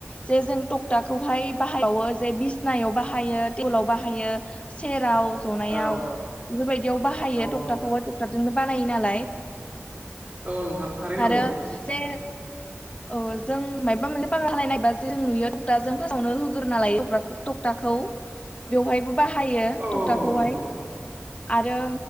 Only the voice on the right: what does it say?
औ
औ
नोंथां
औ नोंथां थारैनो नंगौ
<inaudible>
औ
औ औ नंगौ नोंथां